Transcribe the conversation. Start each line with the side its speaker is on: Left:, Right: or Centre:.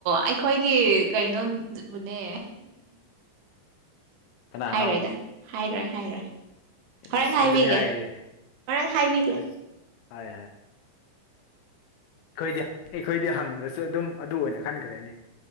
Right: ꯑꯩꯈꯣꯏꯒꯤ ꯀꯩꯅꯣꯕꯨꯅꯦ
Left: ꯀꯅꯥꯅꯣ
Right: ꯍꯥꯏꯔꯣꯏꯗ ꯍꯥꯏꯔꯣꯏ ꯍꯥꯏꯔꯣꯏ ꯍꯣꯔꯦꯟ
Left: ꯏꯁ
Right: ꯍꯥꯏꯕꯤꯒꯦ
Left: ꯑꯗꯨꯅꯦ ꯍꯥꯏꯔꯤꯁꯦ
Right: ꯍꯣꯔꯦꯟ ꯍꯥꯏꯕꯤꯒꯦ
Left: ꯍꯣꯏ ꯍꯣꯏ ꯑꯩꯈꯣꯏꯗꯤ ꯑꯩꯈꯣꯏꯗꯤ ꯍꯪꯗ꯭ꯔꯁꯨ ꯑꯗꯨꯝ ꯑꯗꯨ ꯑꯣꯏꯅ ꯈꯟꯈ꯭ꯔꯦꯅꯦ